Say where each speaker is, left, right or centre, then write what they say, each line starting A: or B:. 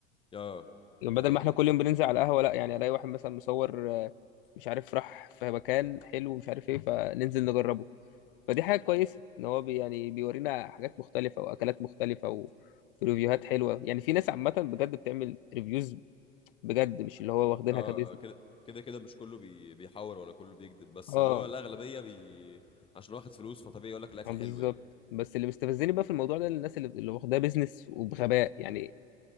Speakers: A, on the left; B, on the left.
A: اه
B: بدل
A: دي حقيقه
B: ما احنا كل يوم بننزل على القهوة لا يعني الاقي واحد مثلا مصور آه، مش عارف راح في مكان حلو ومش عارف ايه فننزل نجربه فدي حاجة كويسة ان هو بي يعني بيورينا حاجات مختلفة واكلات مختلفة و- وريفيوهات حلوة يعني في ناس عامة بجد بتعمل ريفيوز بجد مش اللي هو واخدينها
A: اه
B: كبزنس
A: آه، كده كده كده مش كله بي... بيحور ولا كله بيكذب بس
B: اه
A: اللي هو الاغلبيه بي... عشان واخد فلوس فطبيعي يقول لك الاكل
B: آه، بالظبط
A: حلو يعني
B: بس اللي مستفزني بقى في الموضوع ده الناس اللي, اللي واخداه بزنس وبغباء يعني